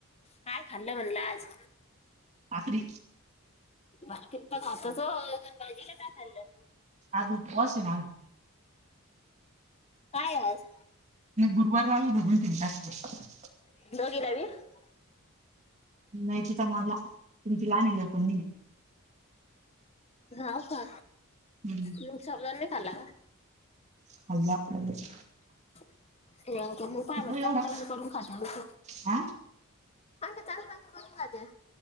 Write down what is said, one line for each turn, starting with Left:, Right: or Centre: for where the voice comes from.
Left: काय? खाल्लं म्हणलं आज.
Right: आखरी.
Left: भाकरी तर खातस हो आजून भाजीला काय खाल्लं?
Right: आज उपवास आहे माझा.
Left: काय आहे आज.
Right: गुरुवार राहिल ना, <unintelligible>
Left: <unintelligible>
Right: म्हायती होतं मला, तुमची लानी लोक मी हाय.
Left: हां का,
Right: हम्म.
Left: मग साबुदाणा नाही खाल्ला का.
Right: खाल्ला आपणच
Left: <unintelligible> पान चांलूच
Right: एवढा
Left: करून करून खातेल ते,
Right: हा
Left: चांगलं करून करून खातय.